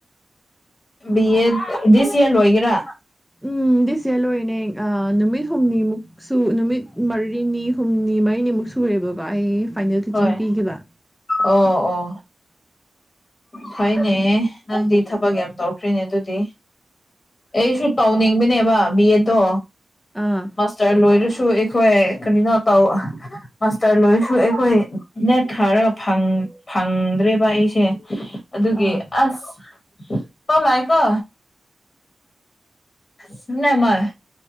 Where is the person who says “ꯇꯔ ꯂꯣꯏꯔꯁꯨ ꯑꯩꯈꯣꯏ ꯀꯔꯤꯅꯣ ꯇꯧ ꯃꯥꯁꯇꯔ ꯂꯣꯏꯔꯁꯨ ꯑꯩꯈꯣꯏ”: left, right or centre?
Left